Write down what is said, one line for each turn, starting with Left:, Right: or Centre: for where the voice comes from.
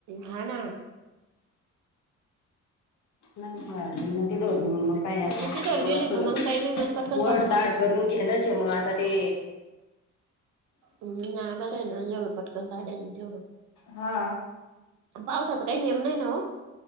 Right: हा ना.
Left: नाही. गारजंना ते डोरणीून मग काय
Right: नाही तिथवर गेली
Left: अस
Right: तो मग काही नाही मग पटकन
Left: वड
Right: जातो माणूस
Left: ताड करून घे ना. जे मग आता ते
Right: हम् नाही बरं ना जेवढं पटकन काढल्या तेवढं.
Left: हा.
Right: पावसाचा काही नियम नाही ना हो.